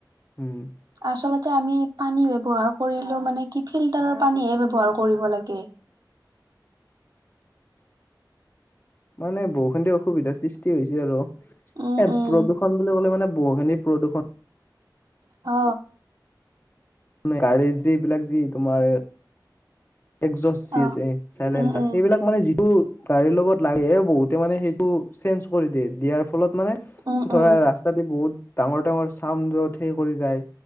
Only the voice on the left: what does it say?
উম
মানে বৰষুণ দিয়ক অসুবিধা সৃষ্টি হৈছে আৰু
এ
প্ৰদূষণ বুলি ক'লে মানে বহুখিনি প্ৰদূষণ
গাড়ী যি এইবিলাক যি তোমাৰ একজজ চি
এছ এ চাইলেঞ্চাৰ
সেইবিলাক মানে যিটো গাড়ীৰ লগত লাগে বহুতে মানে সেইবোৰ চেইঞ্জ কৰি দিয়ে দিয়াৰ ফলত মানে
ধৰা
ৰাস্তাদি বহুত ডাঙৰ ডাঙৰ চাম য'ত সেই কৰি যায়